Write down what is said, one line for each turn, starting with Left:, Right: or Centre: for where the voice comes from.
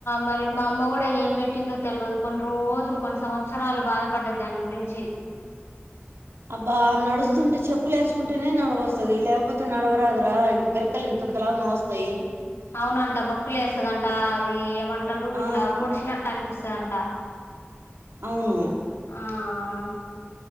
Left: మరి మా అమ్మ కూడా ఏం పెట్టిందో తెలియదు కొన్ని రోజులు కొన్ని సంవత్సరాలు బాధపడ్డది దాని గురించి
Right: అబ్బా నడుస్తుంటే చెప్పులు వేసుకుంటేనే నడవ వస్తుది లేకపోతే నడవరాదురా గిరక్కలు ఇంత తంతలావు వస్తాయి
Left: అవునంట నొప్పి లే వేస్తదంట అది ఏమంటారు
Right: ఆ
Left: ఇట్లా పొడిచినట్టటు సంట
Right: అవును
Left: ఆహ